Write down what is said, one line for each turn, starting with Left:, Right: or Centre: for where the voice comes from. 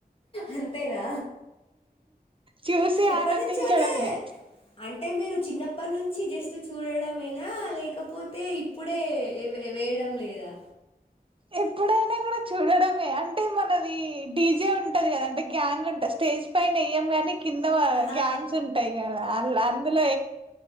Left: అంతేనా
Right: చూసి
Left: ఎప్పటి
Right: ఆనందించడమే
Left: నుంచోనే అంటే మీరు చిన్నప్పటి నుంచి జస్ట్ చూడడమెనా లేకపోతే ఇప్పుడే వే వేయడం లేదా.
Right: ఎప్పుడైనా కూడా చూడడమే అంటే మనది డీజే ఉంటది కదా అండి. గ్యాంగ్ ఉంటంది స్టేజ్ పైనెయ్యం కానీ కింద వ
Left: ఆ,
Right: గ్యాంగ్స్ ఉంటాయి కదా అ అందులో